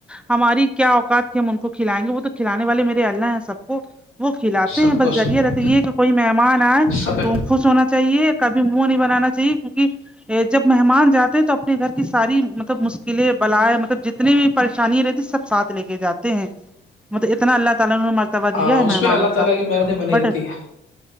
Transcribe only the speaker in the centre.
ہماری کیا اوقات کی ہم ان کو کھلائیں گے وہ تو کھلانے والے میرے اللہ ہیں سب کو وہ کھلاتے
ہیں
بس
ذریعہ
رہتے یہ کوئی مہمان آئے
تو خوش ہونا چاہیے کبھی منہ نہیں بنانا چاہیے کیونکہ جب مہمان جاتے ہیں تو اپنے گھر کی ساری مطلب مشکلیں بلائے مطلب جتنی بھی پریشانیاں رہتی سب ساتھ لے کے جاتے ہیں مطلب اتنا اللہ تعالی مر توا
دیا ہے مہمانوں
کا
بٹ